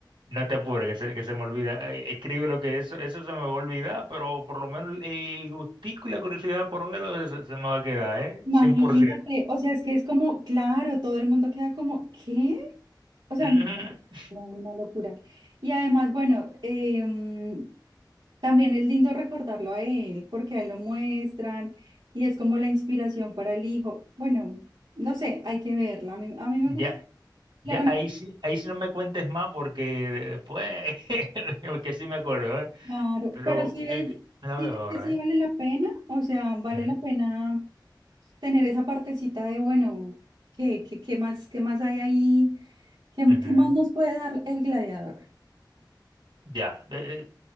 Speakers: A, on the right; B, on the right.
A: No te apures, que se, que se me olvida. Eh, Escribe lo que eso, eso se me va a olvidar, pero por lo menos el gustico y la curiosidad por verlo se, se me va a quedar, ¿eh?
B: Imagínate,
A: 100%.
B: o sea, es que es como, claro, todo el mundo queda como, ¿qué? O sea,
A: Ujú.
B: no, no, una locura. Y además, bueno, em, también es lindo recordarlo a él, porque a él lo muestran y es como la inspiración para el hijo. Bueno, no sé, hay que verla. A mí, a mí
A: Ya.
B: me gusta, claramente.
A: Ya, ahí sí, ahí sí no me cuentes más porque pues, <laughs> que sí me acuerdo, ¿eh?
B: Claro,
A: Pero
B: pero sí
A: que,
B: es,
A: que- me la
B: sí
A: veo ahora,
B: es que sí
A: ¿eh?
B: vale la pena, o sea, vale
A: Ujú,
B: la pena tener esa partecita de, bueno, ¿qué, qué, qué más, qué más hay ahí? ¿Qué,
A: ujú.
B: qué más nos puede dar el gladiador?
A: Ya. eh, eh,